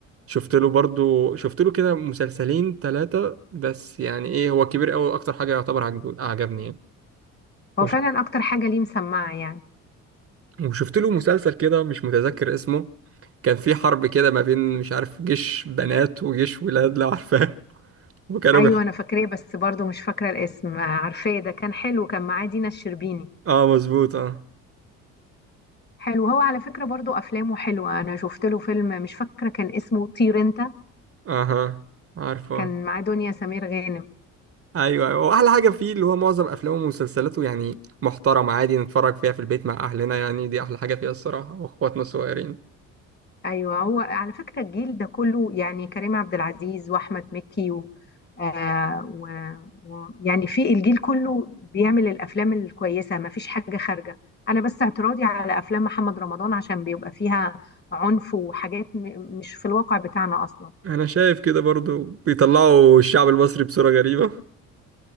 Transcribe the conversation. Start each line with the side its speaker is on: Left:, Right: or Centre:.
Right: شفت له برضو شفت له كده مسلسلين ثلاثه بس يعني ايه هو كبير قوي اكتر حاجه يعتبر عجب... عجبني
Left: هو
Right: يعني
Left: فعلا اكتر حاجة ليه مسمعة يعني
Right: وشفت له مسلسل كده مش متذكر اسمه كان في حرب كده ما بين مش عارف جيش بنات وجيش ولاد لو عارفاه <laughs> وكانوا
Left: ايوه
Right: بيح...
Left: انا فاكراه بس برضو مش فاكرة الاسم آه، عارفاه ده كان حلو كان معاه دينا الشربيني
Right: اه مظبوط اه
Left: حلو هو على فكرة برضو افلامه حلوة انا شفت له فيلم مش فاكرة كان اسمه طير انت
Right: اها عارفه
Left: كان معاه دنيا سمير غانم
Right: ايوه ايوه واحلى حاجه فيه اللي هو معظم افلامه ومسلسلاته يعني محترمه عادي نتفرج فيها في البيت مع اهلنا يعني دي احلى حاجه فيها الصراحه واخواتنا الصغيرين
Left: ايوه هو على فكره الجيل ده كله يعني كريم عبد العزيز واحمد مكي و... آه و... و... يعني في الجيل كله بيعمل الافلام الكويسه ما فيش حاجه خارجه انا بس اعتراضي على افلام محمد رمضان عشان بيبقى فيها عنف وحاجات م... مش في الواقع بتاعنا اصلا
Right: انا شايف كده برضو بيطلعوا الشعب المصري بصوره غريبه